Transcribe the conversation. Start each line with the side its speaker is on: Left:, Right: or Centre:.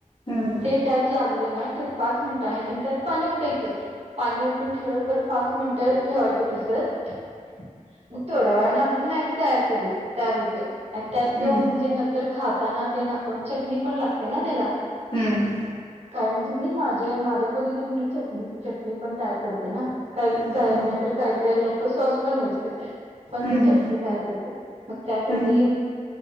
Left: हम्म हम्म
Right: ते त्यात लागल ना तर पाच मिनटांने किन त्यात पाणी ओतायच. उलटून ठेवल परत पाच मिनिट ठेवायच तसच मग थोड्या वेळने आपली मॅगी तयार कर तयार होते. आणि त्यात
Left: हम्म
Right: जो म्हणजे नंतर खाताना ते ना आपण चटणी पण लागते ना त्याला.
Left: हम्म हम्म हम्म
Right: काय म्हणजे मी माझे माझ्या पध्दतीने मी चटणी चटणी पण तयार- ते ना काही
Left: ओके
Right: काय नाहीतर काही काही लोक सॉस पण युज करतात. पण
Left: हम्म
Right: मी चटणी तयार करते मग त्यासाठी
Left: हम्म